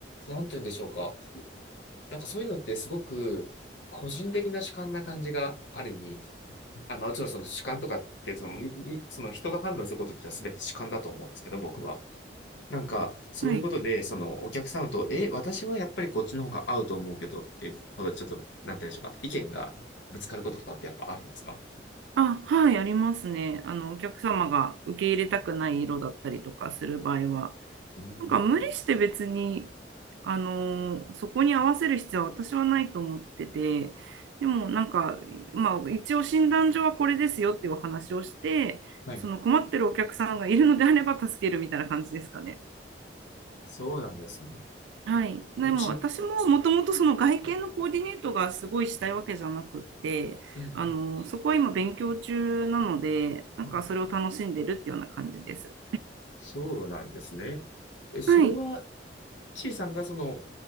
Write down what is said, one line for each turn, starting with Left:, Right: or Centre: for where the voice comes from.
Left: なんて言うんでしょうか。なんかそういうのってすごく個人的な主観な感じがある意味、あ、まあもちろんその主観とかってその、ににその人が判断することってのは全て主観だと思うんですけど、僕は。なんかそういうことで、
Right: はい
Left: そのお客様と、え、私はやっぱりこっちの方が合うと思うけどっていうことで、ちょっと、なんて言うんでしょうか、意見がぶつかることとかってやっぱあるんですか
Right: あ、はい、ありますね。あの、お客様が受け入れたくない色だったりとかする場合は、
Left: うん。
Right: なんか無理して別に、あのーそこに合わせる必要は私はないと思ってて、でもなんか、まあ、一応診断書はこれですよっていうお話をして、
Left: はい。
Right: その困ってるお客さんがいるのであれば助けるみたいな感じですかね。
Left: そうなんですね。
Right: はい。でも私ももともとその外見のコーディネートがすごいしたいわけじゃなくって、
Left: ち、うんうん、
Right: あの、そこは今勉強中なので、なんかそれを楽しんでるっていうような感じです。
Left: うん。そうなんですね。え、それは、
Right: はい。
Left: ちいさんがその、